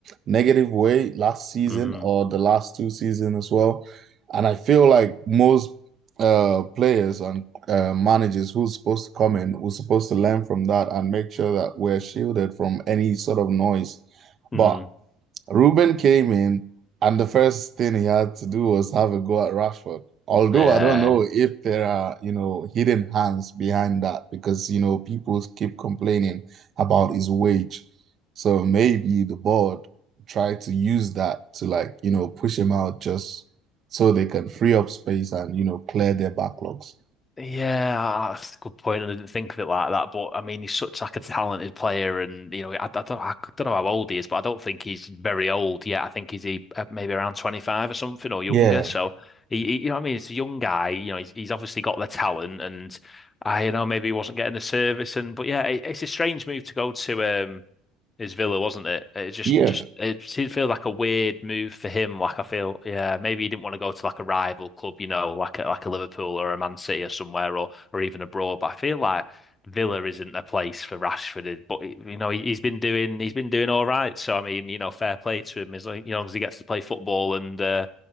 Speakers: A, on the right (about 45°); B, on the left (about 20°).
A: negative way last season
B: hmm
A: or the last two seasons as well. And I feel like most uh, players and uh, managers who's supposed to come in who's supposed to learn from that and make sure that we're shielded from any sort of noise.
B: hmm
A: But Ruben came in, and the first thing he had to do was have a go at Rashford. Although
B: Yeah,
A: I don't know if there are, you know, hidden hands behind that because, you know, people keep complaining about his wage. So maybe the board tried to use that to like, you know, push him out just so they can free up space and, you know, clear their backlogs.
B: yeah, that's a good point. I didn't think of it like that, but I mean, he's such like a talented player, and you know, I, I don't, I don't know how old he is, but I don't think he's very old yet. I think he's he, uh, maybe around 25 or something or younger.
A: Yeah.
B: So he, he- you know, what I mean, it's a young guy. You know, he's, he's obviously got the talent, and I, you know, maybe he wasn't getting the service, and but yeah, it, it's a strange move to go to. Um, His Villa, wasn't it? It just
A: Yeah.
B: just it seemed to feel like a weird move for him. Like I feel, yeah, maybe he didn't want to go to like a rival club, you know, like a, like a Liverpool or a Man City or somewhere, or or even abroad. But I feel like Villa isn't a place for Rashford. But you know, he, he's been doing he's been doing all right. So I mean, you know, fair play to him as long, you know, as he gets to play football and uh,